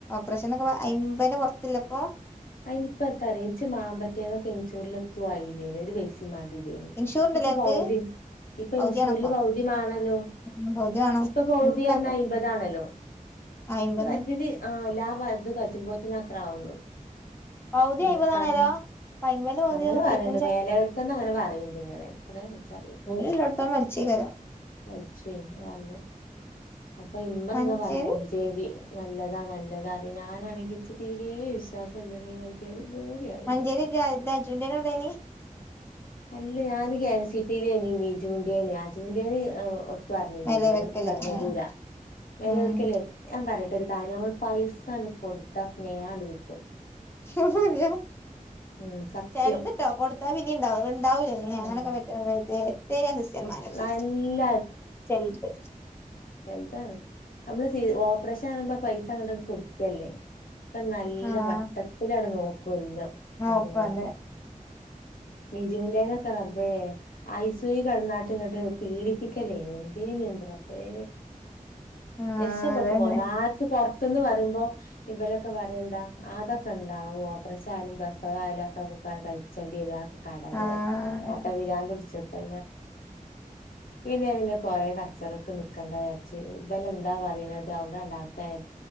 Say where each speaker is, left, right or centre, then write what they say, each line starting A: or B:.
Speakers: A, on the left (about 15°); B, on the left (about 80°).
A: പ്രേഷനൊക്കെപ ഐമ്പയിൻ്റ പൊറത്തില്ലെപ്പോ
B: അയിനിപ്പ തരേച്ച് മാമ്പറ്റേന്നൊക്കെഞ്ചൂരിലെത്തുവായില്ലേലൊരു വെയ്‌സി മാൻ ടില്
A: ഇൻഷൂർണ്ട്ല്ലേ
B: ഇപ്പ
A: അനക്ക്
B: പൗതി ഇപ്പ
A: പൗതി
B: ഇൻഷൂറില്
A: വേണപ്പം
B: പൗതിമാണല്ലോ
A: ഉം പൗതി വേണം
B: ഇപ്പ പൗതീയറഞ്ഞ
A: ഇൻക്കൊക്കെ
B: ഐമ്പതാണല്ലോ
A: അയ്മ്പത്
B: സുഖായോ ഇജ്ജ് ഇനി ആഹ് എല്ലാതു അത് കയിച്ചുമ്പോത്തിനത്രെ ആവുള്ളു
A: പൗതി
B: പിന്നെത്താണ്
A: അയ്മ്പതാണേലോ ഇപ്പ അയ്മ്പതിന്റെ പൗതിയോ
B: അങ്ങനെ പറയണ്ട്
A: ഇരുപത്തഞ്ചോ
B: മേലേവരത്ത്ന്ന അങ്ങന പറയിണ്ട് ഇങ്ങനെ എത്രേ മിച്ചാ
A: ഓരിള്ളടത്തോം വലിച്ചേകാരം
B: അയ്ശേ <unintelligible> അപ്പ ഇമ്മ
A: മഞ്ചേരി
B: ഇങ്ങ് പറയ മഞ്ചേരീ നല്ലതാ നല്ലതാ അറയാ ഞാനാണെങ്കി ഇച്ച് തീരേ വിശ്വാസല്ലടീ മഞ്ചേരി പേടിയാവണ്ട്
A: മഞ്ചേരി ഇജ്ജ് അയ് തജൂൻ്റേനൊള്ളെയ്നി
B: അല്ല ഞാന് കെഎംസിടി ലേനി നിജൂൻ്റേന് അജൂൻ്റേന് ആഹ് ഒ തുവറഞ്ഞില്ലേടോ
A: മേലവെർക്കല്
B: കട്ങ്ങല്ലൂരാ
A: ആഹ്
B: മേലരിക്കലെ
A: ഉം
B: ഞാമ്പറയ് മറ്റൊരു കാര്യം നമ്മൾ പൈസാണ്ട് കൊടുത്താ സ്നേഹാണ്ട് കിട്ടും
A: <unintelligible>
B: ഉം സത്യം
A: ചെൽത്ട്ടോ കൊടുത്താ പിന്നീണ്ടാവും ഇണ് ണ്ടാവൂലല്ലേ
B: ഉം
A: ഞാനൊക്കെ പെറ്റ സമയത്ത് എത്തെയ്നിയാ സിസ്റ്റർമാരൊക്കെ
B: നല്ല
A: ചെൽത്
B: നെൽസാണ് അമ്മള് സീ ഓപ്പറേഷനറയുമ്പ പൈസ അങ്ങട് കൊട്ക്കല്ലേ ഇപ്പ നല്ല
A: ആഹ്
B: വട്ടത്തിലാട് നോ <unintelligible>
A: നോക്കും
B: കാര്യങ്ങളൊക്കെ
A: അതെ
B: നൈജൂൻ്റേനൊക്ക റബ്ബേ ഐസൂയീ കെടന്നാട്ടിങ്ങട്ട് പീഡിപ്പിക്കലേ എന്തി യെൻ്റ റബ്ബേ
A: ആഹ്
B: രക്ഷപെട്ട്
A: അതന്നെ
B: പോന്നാ ആർക്ക് പൊറത്ത് ത്ത്ന്ന് പറയുമ്പോ ഇവരൊക്കെ പറയണ്ട അതൊക്കെ ഇണ്ടാവു ഓപ്രേഷായാലും പ്രസവായാലും ഒക്കബ് കാ സയിച്ചണ്ടി വരു അതൊക്ക കടമയാ
A: ആഹ്
B: അപ്പ പിരാന്ത് പിടിച്ച <unintelligible> ഇന്ന് ഞാൻ പിന്നെ കൊറേ കച്ചറക്ക് നിക്കണ്ടാ വിയാച്ച് ഇവലെന്താ പറയ്ണത് അവിടെ അണ്ടാക്കായര്